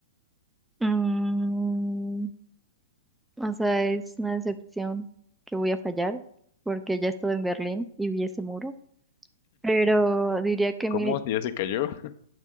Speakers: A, in the centre; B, on the left (about 50°).
A: Mm, o sea, es una decepción que voy a fallar porque ya estuve en Berlín y vi ese muro. Pero diría que
B: ¿Cómo?
A: mil,
B: ¿Si ya se cayó? <laughs>